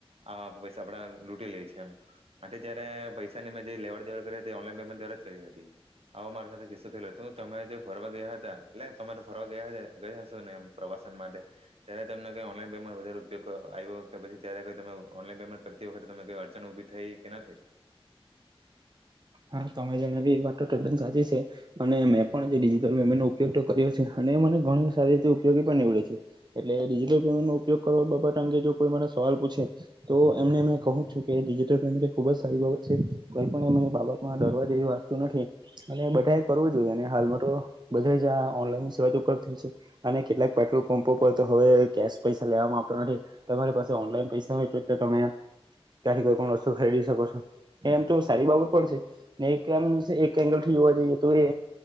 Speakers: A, on the right; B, on the right.
A: આવા પૈસા આપડા લૂટી લે છે એમટ જય્યારે પૈસાની મેં જે લેવડ દેવડ કરી હતી ઓનલાઈન પેમેન્ટ દ્વારા જ કરી હતી આવો મારા સાથે કિસ્સો થયેલો હતો તમે જે ફરવા ગયા હતા એટલે તમારે ફરવા ગયા ગયા હશો ને એમ પ્રવાસન માટે ત્યારે તમને કઈ ઓનલાઈન પેમેન્ટ વધારે ઉપયોગ આવ્યો કે પછી ત્યારેઈ તમે ઓનલાઈન પેમેન્ટ કર તે વખતે તમે કઈ અડચણ ઉભી થઈ કે ના થઈ.
B: હા તમે જણાવ્યું એ વાત તો તદ્દન સાચી છે અને મેં પણ આજે ડિજિટલ પેમેન્ટ નો ઉપયોગ કર્યો છે અને મને ઘણ સારી રીતે ઉપયોગી પણ નીવડ્યો છે એટલે ડિજિટલ પેમેન્ટનો ઉપયોગ કરવા બાબત અંગે જો કોઈ મને સવાલ પૂછે તો એમને મે કહું છું કે ડિજિટલ પેમેન્ટ એ ખુબ જ સારી બાબત છે કઈ પણ બાબત ડરવા જેવી વસ્તુ નથી અને બધા કરવું જોઈએ અને હાલમાં તો બધે જ આ ઓનલાઈન સેવા ઉપલબ્ધ થઈ છે અને કેટલાક પેટ્રોલ પંપો પર તો હવે કેશ પૈસા લેવાવામાં આવતો નથી તમારી પાસે ઓનલાઈન પૈસા હોય એટલે તમે ત્યાંથી કોઈ પણ વસ્તુ ખરીદી શકો છો એ એમ તો સારી બાબત પડશે. એક એંગલ થી જોવા જઈએ તો એ